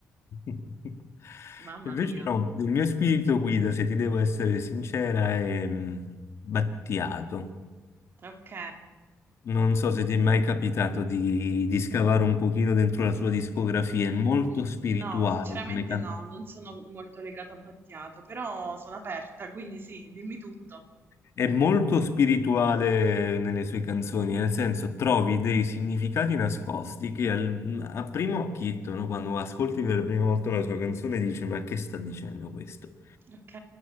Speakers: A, on the left (about 50°); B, on the right (about 40°).
A: <laughs>
B: mamma
A: Invece
B: mia.
A: no, il mio spirito guida, se ti devo essere sincera, è mm, Battiato.
B: Ok.
A: Non so se ti è mai capitato di, di scavare un pochino dentro la sua discografia, è molto
B: Mm,
A: spirituale
B: No, sinceramente
A: come cantante.
B: no, non sono molto legata a Battiato, però sono aperta, quindi sì, dimmi tutto.
A: È molto spirituale nelle sue canzoni, nel senso trovi dei significati nascosti che al- a primo occhietto, no, quando ascolti per la prima volta una sua canzone, dici ma che sta dicendo questo?
B: Ok.